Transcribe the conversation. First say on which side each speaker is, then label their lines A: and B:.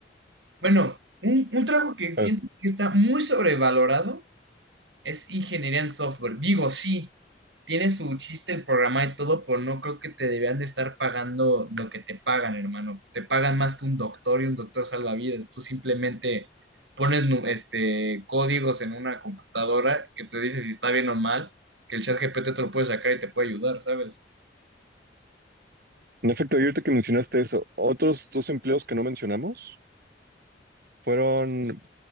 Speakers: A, on the right; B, on the right.
A: Bueno, un, un trabajo que siento
B: Ah,
A: que está muy sobrevalorado es ingeniería en software. Digo, sí, tiene su chiste el programa y todo, pero no creo que te deberían de estar pagando lo que te pagan, hermano. Te pagan más que un doctor y un doctor salva vidas Tú simplemente pones nu- este, códigos en una computadora que te dice si está bien o mal, que el chat G P T te lo puede sacar y te puede ayudar, ¿sabes?
B: En efecto, y ahorita que mencionaste eso, otros dos empleos que no mencionamos fueron